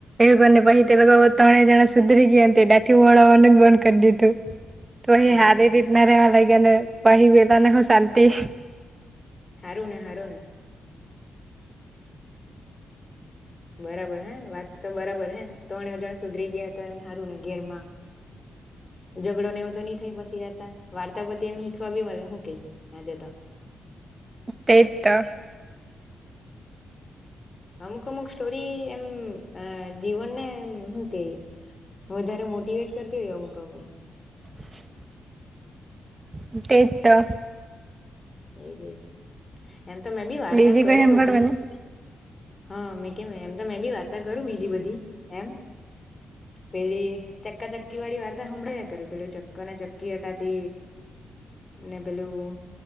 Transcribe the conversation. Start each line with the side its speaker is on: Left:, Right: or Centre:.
Right: એબને ભાઈ તે તોકો ત્રણે જણા સુધરી ગયા ડાઠી બનાવાનું બંધ કરી દીઘું ખુસ <unintelligible> તો અહી
Left: હમ
Right: હારી રીતના રહેવા લાગ્યા ને તો અહી વેલા ના હ શાંતિ.
Left: હારુ ને હારુ ને બરાબર હે વાત તો બરાબર હે ત્રણજણ સુધરી ગયા તો એમ સારું ને ઘેરમાં ઝઘડો ને એવો તો નહી થાય પછી જતા વાર્તા બધી એમ શીખવા બી મળે હું કઈ ત્યાં જતા
Right: તેતા
Left: અમુક અમુક સ્ટોરી એમ જીવન ને એમ શું કે વધારે મોટીવેટ કરતી હોય અમુક અમુક
Right: <inaudible> તે તો
Left: એજ એજ એમ તો મેં બી વાર્તા
Right: બીજી
Left: કરું
Right: કોઈ હાભળવાની
Left: બધી હા મે કેમ એમ તો મે બી વાર્તા કરું બીજી બધી એમ પેલી ચક્કા ચક્કી વાળી વાર્તા સંભળાવ્યા કર્યું પેલો ચક્કો ને ચક્કી હતાં તે ને પેલું